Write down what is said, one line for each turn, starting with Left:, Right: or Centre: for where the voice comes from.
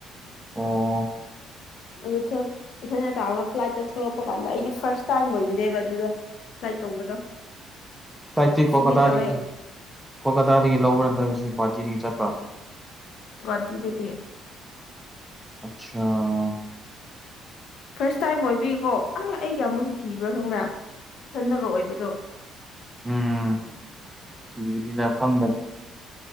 Centre: ꯑꯣ
Left: ꯑꯗꯨ ꯏꯁꯟꯗ ꯇꯥ ꯔꯒ ꯐ꯭ꯂꯥꯏꯠꯇ ꯊꯣꯛꯂꯛꯄ ꯀꯥꯟꯗ ꯑꯩꯗꯤ ꯐꯥꯔꯁ ꯇꯥꯏꯝ ꯑꯣꯏꯕꯅꯦꯕ ꯑꯗꯨꯗꯣ ꯐ꯭ꯂꯥꯏꯠ ꯇꯣꯡꯕꯗꯣ
Centre: ꯁꯥꯏꯇ ꯀꯣꯀꯇꯥꯕ
Left: ꯁꯤꯒꯦ ꯇꯧꯋꯦ
Centre: ꯀꯣꯀ ꯍꯇꯥꯗꯒꯤ ꯂꯧꯕ꯭ꯔꯥ ꯅꯠꯇ꯭ꯔꯒ ꯁꯤ ꯒꯨꯍꯥꯇꯤꯗꯒꯤ ꯆꯠꯄ꯭ꯔꯥ ꯍꯨ ꯟ
Left: ꯒꯨꯍꯥꯇꯤꯗꯒꯤ
Centre: ꯑꯆꯥꯥ
Left: ꯐꯥꯔꯁ ꯇꯥꯏꯝ ꯑꯣꯏꯕꯒꯤꯀꯣ ꯑ ꯑꯩ ꯀꯌꯥꯃꯨꯛꯁꯨ ꯀꯤꯕ꯭ꯔꯥ ꯈꯪꯕ꯭ꯔꯥ ꯏꯊꯟꯗꯒ ꯑꯣꯏꯕꯗꯣ
Centre: ꯎꯝ ꯀꯤꯒꯅꯤꯗ ꯈꯪꯗꯅꯤ